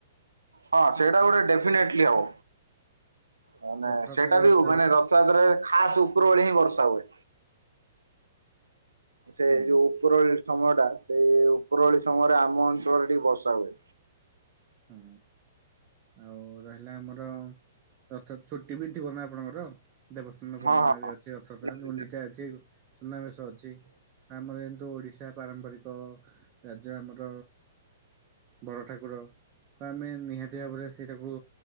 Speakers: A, on the right; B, on the right.
A: ହଁ ସେଇଟା ଗୋଟେ ଡେଫିନେଟ୍ଲି ହବ। ମାନେ
B: ରଥଯାତ୍ରାକୁ
A: ସେଇଟା ବି
B: ବର୍ଷା ହବ
A: ରଥଯାତ୍ରାରେ ଖାସ୍ ଉପର ଓଳି ହିଁ ବର୍ଷା ହୁଏ। ସେ
B: ହୁଁ
A: ଯୋଉ ଉପର ଓଳି ସମୟଟା ସେଇ ଉପର ଓଳି ସମୟରେ ଆମ ଅଞ୍ଚଳରେ ଟିକେ ବର୍ଷା ହୁଏ।
B: ହୁଁ ଆଉ ରହିଲା ଆମର ରଥ ଛୁଟି ବି ଥିବ ନା ଆପଣଙ୍କର? ଦେବସ୍ଥାନ ପୂର୍ଣିମା
A: ହଁ ହଁ
B: ବି ଅଛି, ରଥଯାତ୍ରା
A: ନିହାତି
B: ଗୁଣ୍ଡିଟା ଅଛି ସୁନାବେଶ ଅଛି ଆମର କିନ୍ତୁ ଓଡିଶା ପାରମ୍ପରିକ ରାଜ୍ୟ ଆମର ବଡ଼ ଠାକୁର ତ ଆମେ ନିହାତି ଭାବରେ ସେଇଟାକୁ